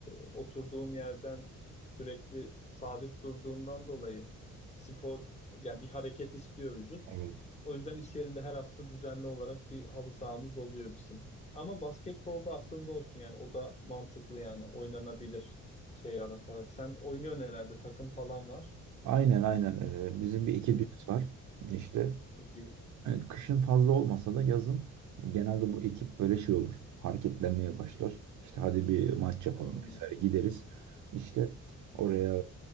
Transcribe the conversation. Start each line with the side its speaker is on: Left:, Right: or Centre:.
Left: e, oturduğum yerden sürekli sabit durduğundan dolayı spor yani bir hareket istiyor vücut.
Right: Evet.
Left: O yüzden iş yerinde her hafta düzenli olarak bir halı sahamız oluyor bizim. Ama basketbolda aklımda olsun yani o da mantıklı yani oynanabilir şey yaratarak. Sen oynuyorsun herhalde takım falan var.
Right: Aynen aynen. Ee, bizim bir ekibimiz
Left: Hı.
Right: var. İşte
Left: Çok iyi.
Right: e, kışın fazla olmasa da yazın hani genelde bu ekip böyle şey olur. Hareketlenmeye başlar. İşte hadi bir maç yapalım
Left: Hmm,
Right: vesaire gideriz. İşte oraya